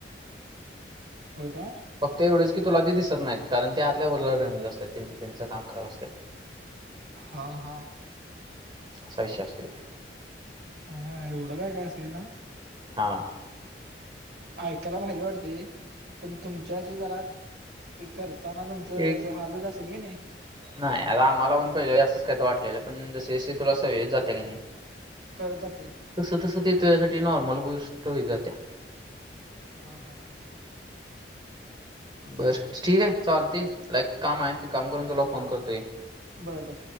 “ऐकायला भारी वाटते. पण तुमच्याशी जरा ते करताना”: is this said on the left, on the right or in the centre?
Right